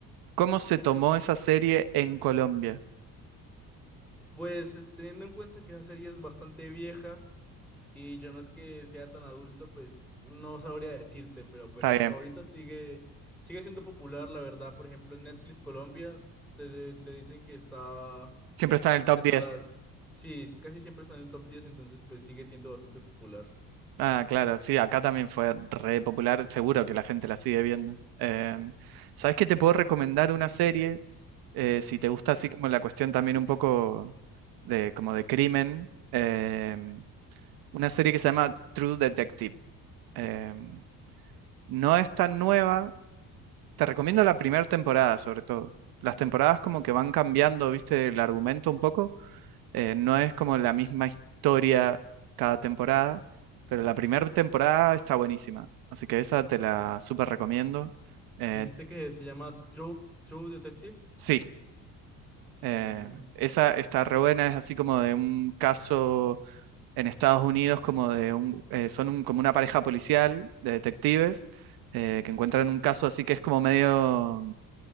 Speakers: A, on the right; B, in the centre.
A: cómo se tomó esa serie en Colombia?
B: Pues es- teniendo en cuenta que esa serie es bastante vieja, Y yo no es que sea tan adulto, pues no sabría decirte, pero pues
A: Está
B: hasta
A: bien,
B: ahorita sigue, sigue siendo popular, la verdad. Por ejemplo, en Netflix Colombia te, te dicen que está
A: siempre está en el
B: por
A: top
B: temporadas.
A: 10.
B: Sí, es- casi siempre está en el top diez entonces pues sigue siendo bastante popular.
A: Ah, claro, sí, acá también fue re popular, seguro que la gente la sigue viendo. Em, ¿sabes qué? Te puedo recomendar una serie, eh, si te gusta así como la cuestión también un poco de como de crimen, em, una serie que se llama True Detective. Em, no es tan nueva, te recomiendo la primera temporada sobre todo. Las temporadas como que van cambiando, viste, el argumento un poco, eh, no es como la misma historia cada temporada, pero la primera temporada está buenísima. Así que esa te la súper recomiendo. Eh,
B: Dijiste que se llama True, True Detective.
A: sí, eh,
B: Mm,
A: esa está re buena, es así como de un caso en Estados Unidos, como de un, eh, son un- como una pareja policial de detectives eh, que encuentran un caso así que es como medio